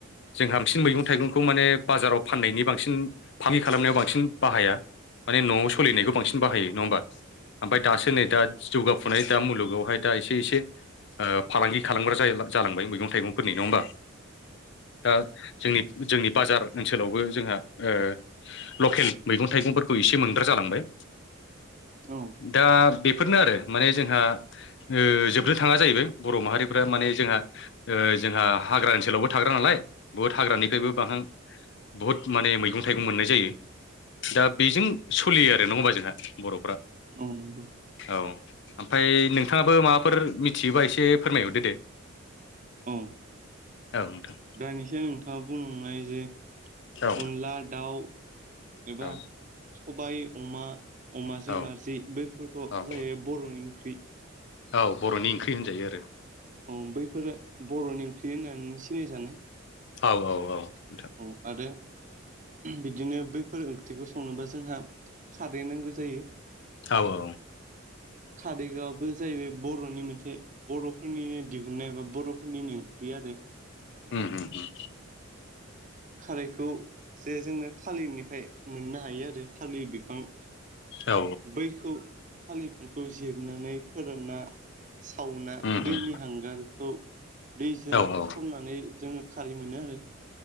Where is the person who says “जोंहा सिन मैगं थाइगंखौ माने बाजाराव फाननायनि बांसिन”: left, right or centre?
Left